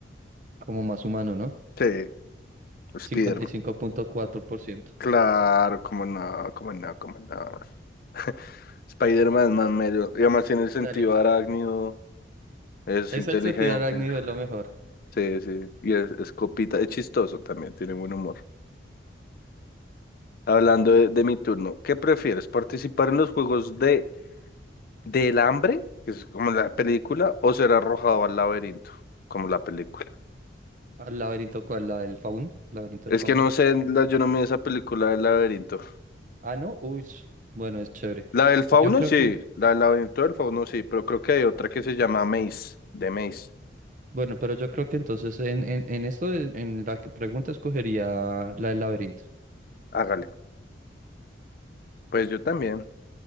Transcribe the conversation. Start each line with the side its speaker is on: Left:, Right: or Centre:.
Right: Como más humano, ¿no?
Left: Sí, Spider-Man.
Right: cincuenta y cinco punto cuatro por ciento
Left: Claro, como no, como no, como no. <laughs> Spider-Man es más mero. Y además tiene el sentido
Right: Dale.
Left: arácnido. Es
Right: Es
Left: inteligente.
Right: el sentido arácnido, es lo mejor.
Left: Sí, sí. Y es, es copita. Es chistoso también. Tiene buen humor. Hablando de, de mi turno, ¿qué prefieres? ¿Participar en los juegos de del hambre, que es como la película, o ser arrojado al laberinto, como la película?
Right: ¿Al laberinto cuál? ¿La del fauno? ¿Laberinto
Left: Es
Right: del fauno?
Left: que no sé, la- yo no me vi esa película del laberinto.
Right: Ah, no. Uy, bueno, es chévere.
Left: La del fauno,
Right: Yo creo
Left: sí,
Right: que.
Left: la del laberinto del fauno, sí, pero creo que hay otra que se llama Maze, de Maze.
Right: Bueno, pero yo creo que entonces en, en, en esto, de- en la que pregunta, escogería la del laberinto.
Left: Hágale. Pues yo también.